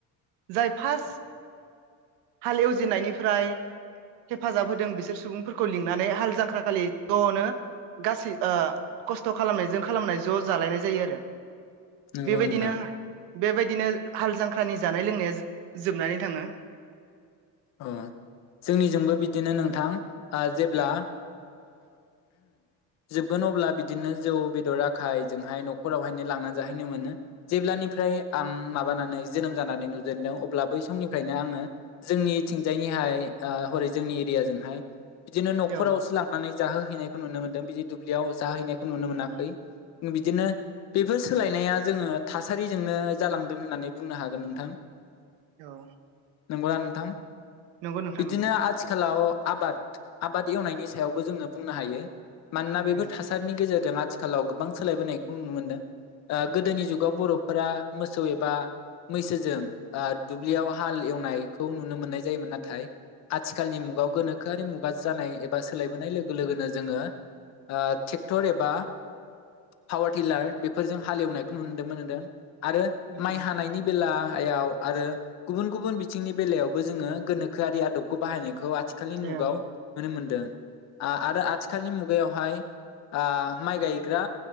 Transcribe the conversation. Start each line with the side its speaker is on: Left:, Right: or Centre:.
Right: जाय फार्स्ट हाल एवजेननायनिफ्राय हेफाजाब होदों बिसोर सुबुंफोरखौ लिंनानै हाल जांख्राखालि ज'नो गासै खस्थ' खालामनायजों खालामनाय ज' जालायनाय जायो आरो
Left: नंगौ
Right: बेबायदिनो
Left: नोंथां
Right: बेबायदिनो हाल जांख्रानि जानाय लोंनाया जोबनानै थाङो
Left: अ जोंनिजोंबो बिदिनो नोंथां जेब्ला
Right: ओं
Left: जोबगोन अब्ला बिदिनो जौ बेदर आखायजोंहाय न'खरावहाय लांनानै जाहैनो मोनो जेब्लानिफ्राय आं माबानानै जोनोम जानानै नु जेनदों अब्ला बै समनिफ्रायनो जोंनि थिंजायनिहाय हरै जोंनि एरियाजोंहाय बिदिनो न'खरावसो
Right: औ
Left: लांनानै जाहोहैनाय नुनो मोन्दों बिदि दुब्लियाव जाहैनायखौ नुनो मोनाखै
Right: ओं
Left: बिदिनो बेफोर सोलायनाया जोङो थासारिजोंनो जालांदों होननानै बुंनो हागोन नोंथां
Right: औ
Left: नोंगौ ना नोंथां
Right: नंगौ नोंथां
Left: बिदिनो
Right: नंगौ
Left: आथिखालाव आबाद आबाद एवनायनि सायावबो जोङो बुंनो हायो मानोना बेफोर
Right: ओं
Left: थासारिनि गेजेरजों आथिखालाव गोबां सोलायबोनायखौ नुनो मोनदों गोदोनि जुगाव बर'फोरा मोसौ एबा मैसोजों दुब्लियाव हाल एवनायखौ नुनो मोननाय जायोमोन नाथाय आथिखालनि मुगायाव गोनोखोआरि मुगा जानाय एबा सोलायबोनाय लोगो लोगोनो जोङो ट्रेक्टर एबा पावार टिलार बेफोरजों हालेवनायखौ नुदोंमोन नदों आरो
Right: ओं
Left: माइ
Right: ओं
Left: हानायनि बेला हायाव आरो गुबुन गुबुन बिथिंनि बेलायावबो जोङो गोनोखोआरि आदबखौ बाहायनायखौ खौ आथिखालनि मुगाव
Right: औ
Left: नुनो मोनदों आरो आथिखालनि मु मुगायावहाय माइ गायग्रा